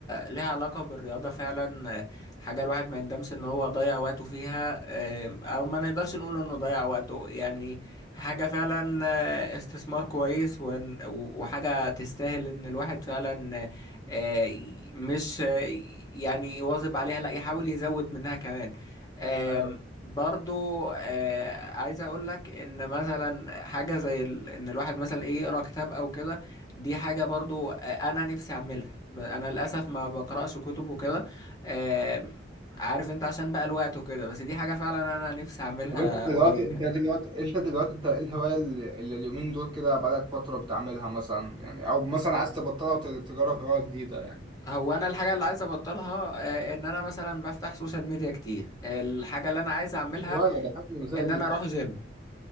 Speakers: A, on the left (about 20°); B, on the right (about 25°).
A: لها علاقه بالرياضه فعلا آه، حاجه الواحد ما يندمش ان هو ضيع وقته فيها آه، او ما نقدرش نقول انه ضيع وقته يعني حاجه فعلا آه، استثمار كويس ون- و- وحاجه تستاهل ان الواحد فعلا آه، ي- مش آه، يعني يواظب عليها لا يحاول يزود منها كمان آم،
B: ايوه
A: برضو آه، عايز اقول لك ان مثلا حاجه زي ال- ان الواحد مثلا ايه يقرا كتاب او كده دي حاجة برضو آه، أنا نفسي أعملها ب- أنا للأسف ما بقرأش كتب وكده آم، عارف أنت عشان بقى الوقت وكده بس دي حاجة فعلا أنا نفسي أعملها
B: طب انت دلوقتي
A: قريب
B: انت
A: يعني
B: دلوقتي انت دلوقتي انت ايه الهواية اللي اللي اليومين دول كده بقالك فترة بتعملها مثلا يعني او مثلا عايز تبطلها وتجرب هواية جديده يعني
A: هو أنا الحاجة اللي عايز أبطلها آه، إن أنا مثلا بفتح سوشيال ميديا كتير الحاجة اللي أنا عايز أعملها
B: مش هواية ده حاجة مزية
A: إن
B: ليك
A: أنا أروح جيم